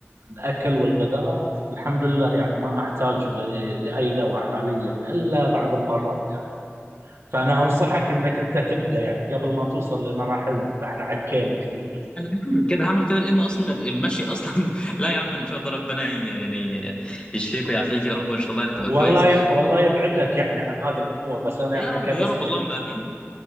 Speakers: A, on the right; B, on the left.
A: الاكل والغذاء الحمد لله يعني ما احتاج ل- لاي دواء حاليا الا بعض المرات يعني فانا انصحك انك انت تبدا يعني قبل ما توصل لمراحلنا اللي احنا عكينا كثير
B: انا هعمل كده هعمل كده لان اصلا المشي اصلا <laughs> لا يا عم ان شاء الله ربنا ي- يعني يشفيك ويعافيك يا رب وان شاء الله يعني
A: والله
B: تبقى كويس
A: والله يبعدك يعني عن هذه الامور بس انا
B: يا
A: يعني
B: رب
A: كنصيحه
B: يا رب اللهم امين